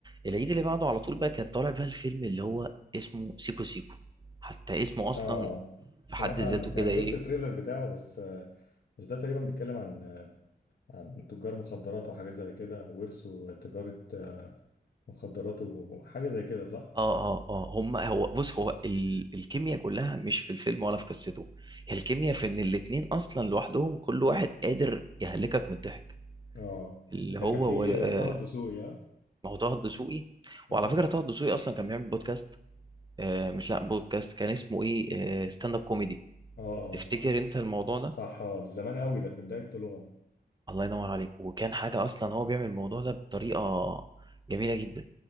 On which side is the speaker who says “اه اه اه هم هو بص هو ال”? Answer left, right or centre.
Right